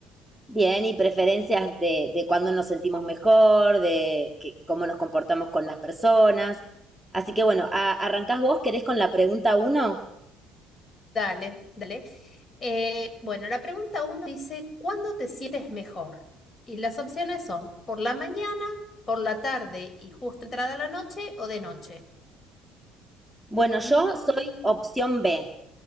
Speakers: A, in the centre; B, on the left (about 35°).
A: Bien, y preferencias de, de cuándo nos sentimos mejor, de que- cómo nos comportamos con las personas. Así que bueno, a- ¿arrancás vos? ¿Querés con la pregunta uno?
B: Dale, dale. Eh, bueno, la pregunta uno dice, ¿cuándo te sientes mejor? Y las opciones son por la mañana, por la tarde y justo entrada la noche o de noche.
A: Bueno, yo
B: Mm,
A: soy opción B.